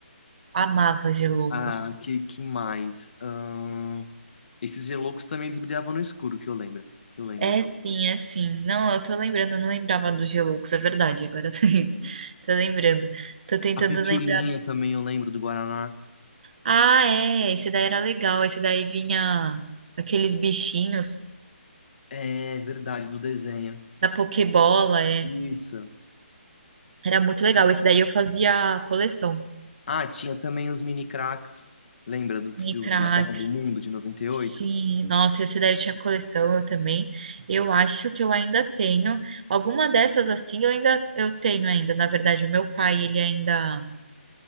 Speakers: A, on the right (about 45°); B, on the left (about 55°).
A: amava Geloucos.
B: Ah, que, que mais? Ahn, esses geloucos também eles brilhavam no escuro, que eu lembro. Que eu lembro.
A: É sim, é sim. Não, eu tô lembrando, eu não lembrava dos Geloucos, é verdade. Agora eu tô, <laughs> tô lembrando. Tô tentando
B: A pitulinha
A: lembrar.
B: também eu lembro do Guaraná.
A: Ah, é, esse daí era legal. Esse daí vinha aqueles bichinhos
B: É verdade, do desenho.
A: da Pokébola, é.
B: Isso.
A: Era muito legal. Esse daí eu fazia coleção.
B: Ah, tinha também os mini cracks. Lembra do,
A: Micra,
B: do- da Copa do Mundo de noventa e oito
A: Sim, nossa, esse daí eu tinha coleção, eu também. Eu acho que eu ainda tenho. Alguma dessas assim eu ainda eu tenho ainda. Na verdade, o meu pai, ele ainda